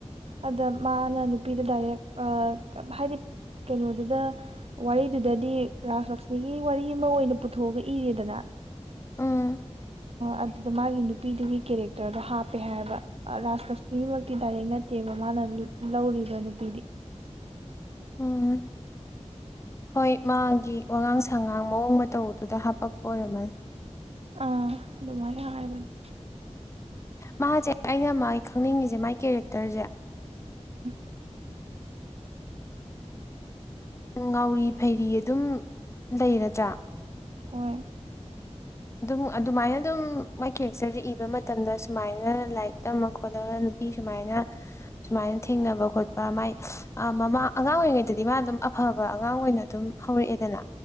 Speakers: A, on the right; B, on the left.
A: ꯑꯗ ꯃꯥꯅ ꯅꯨꯄꯤꯗ ꯗꯥꯏꯔꯦꯛ ꯍꯥꯏꯗꯤ ꯀꯩꯅꯣꯗꯨꯗ ꯋꯥꯔꯤꯗꯨꯗꯗꯤ ꯔꯥꯁ ꯂꯛꯁꯃꯤꯒꯤ ꯋꯥꯔꯤ ꯑꯃ ꯑꯣꯏꯅ ꯄꯨꯊꯣꯛꯑꯒ ꯏꯔꯦꯗꯅ
B: ꯎꯝ
A: ꯑꯗꯨꯗ ꯃꯥꯒꯤ ꯅꯨꯄꯤꯗꯨꯒꯤ ꯀꯦꯔꯦꯛꯇꯔꯗꯣ ꯍꯥꯞꯄꯦ ꯍꯥꯏꯕ ꯔꯥꯁ ꯂꯛꯁꯃꯤꯃꯛꯇꯤ ꯗꯥꯏꯔꯦꯛ ꯅꯠꯇꯦꯕ ꯃꯥꯅ ꯂꯧꯔꯤꯕ ꯅꯨꯄꯤꯗꯤ
B: ꯎꯝ ꯍꯣꯏ ꯃꯥꯒꯤ ꯋꯥꯉꯥꯡ ꯁꯉꯥꯡ ꯃꯑꯣꯡ ꯃꯇ ꯇꯧꯗꯨꯗ ꯍꯥꯄꯛꯄ ꯑꯣꯏꯔꯝꯃꯅꯤ
A: ꯑꯥ ꯑꯗꯨꯃꯥꯏꯅ ꯍꯥꯏꯕꯅꯦ
B: ꯃꯥꯁꯦ ꯑꯩꯅ ꯃꯥꯥꯏ ꯈꯪꯅꯤꯡꯉꯤꯁꯦ ꯃꯥꯥꯏ ꯀꯦꯔꯦꯛꯇꯔꯁꯦ
A: <unintelligible>
B: ꯎ ꯉꯥꯎꯔꯤ ꯐꯩꯔꯤ ꯑꯗꯨꯝ ꯂꯩꯔꯖ꯭ꯔꯥ
A: ꯍꯣꯏ
B: ꯑꯗꯨꯝ ꯑꯗꯨꯃꯥꯏꯅ ꯑꯗꯨꯝ ꯋꯥꯏꯀꯦꯛꯆꯁꯦ ꯏꯕ ꯃꯇꯝꯗ ꯁꯨꯃꯥꯏꯅ ꯂꯥꯏꯔꯤꯛ ꯇꯝꯃ ꯈꯣꯠꯂꯒ ꯁꯨꯃꯥꯏꯅ ꯁꯨꯃꯥꯏꯅ ꯊꯦꯡꯅꯕ ꯈꯣꯠꯄ ꯃꯥꯏ ꯃꯃꯥ ꯑꯉꯥꯡ ꯑꯣꯏꯔꯤꯉꯩꯗꯗꯤ ꯃꯥ ꯑꯗꯨꯝ ꯑꯐꯕ ꯑꯉꯥꯡ ꯑꯣꯏꯅ ꯑꯗꯨꯝ ꯍꯧꯔꯛꯑꯦꯗꯅ